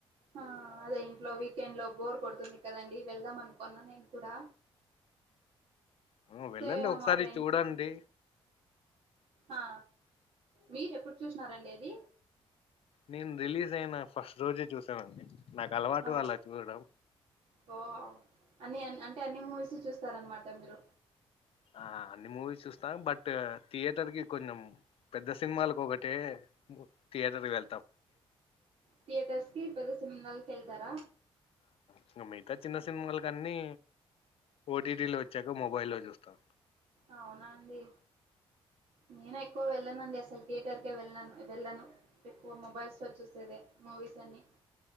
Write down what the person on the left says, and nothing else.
ఆ,
వెళ్ళండి ఒకసారి
చూడండి
నేను రిలీజ్ అయిన ఫస్ట్ రోజే చూశానుండి నాకు అలవాటు
అలా చూడడం
ఆ అన్ని మూవీస్ చూస్తాం బట్ థియేటర్ కి కొంచెం పెద్ద సినిమాలకు ఒకటే థియేటర్లకి వెళ్తాను
ఇంక మిగతా చిన్న సినిమలుకన్ని ఓటీటీలో వచ్చాక మొబైల్లో చూస్తాం